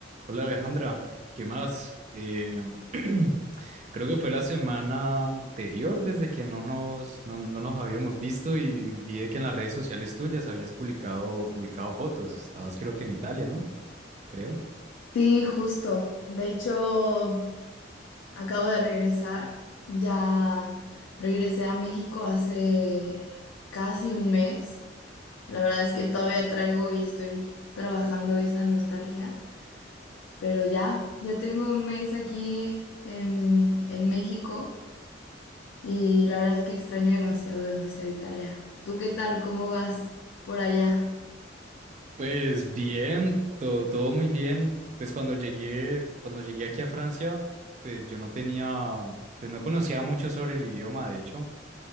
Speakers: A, on the right (about 40°); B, on the left (about 85°).
A: Hola Alejandra, ¿qué más? Eh, <clears throat> creo que fue la semana anterior desde que no nos, no, no nos habíamos visto y vi que en las redes sociales tuyas habías publicado, publicado fotos. Estabas creo que en Italia, ¿no? Creo.
B: Sí, justo. De hecho, acabo de regresar. Ya regresé a México hace casi un mes. La verdad es que todavía traigo y estoy trabajando esa nostalgia. Pero ya, ya tengo un mes aquí en, en México y la verdad es que extraño demasiado, demasiado Italia. ¿Tú qué tal? ¿Cómo vas por allá?
A: Pues bien, todo, todo muy bien. Pues cuando llegué, cuando llegué aquí a Francia, pues yo no tenía, pues no conocía mucho sobre el idioma, de hecho.